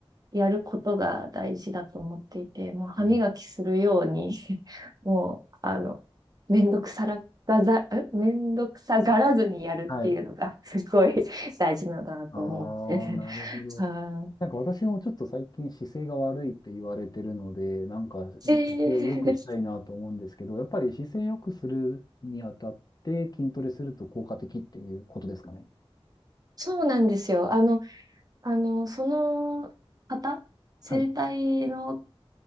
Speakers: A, on the right; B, on the left.
A: やることが大事だと思っていて、もう歯磨きするように
B: うん
A: <laughs> もう、あの、めんどくさらがざ、んめんどくさがらずにやるっていうのがすごい
B: はい。
A: <laughs> 大事なんだなと思って
B: あー、なるほど。
A: <laughs> はい
B: なんか私もちょっと最近姿勢が悪いって言われてるので、なんか姿勢良くしたいなと思うんですけど、
A: で、
B: やっぱり姿勢良くするにあたって筋トレすると効果的っていうことですかね。
A: そうなんですよ。あの、あの、その方、生体の
B: はい。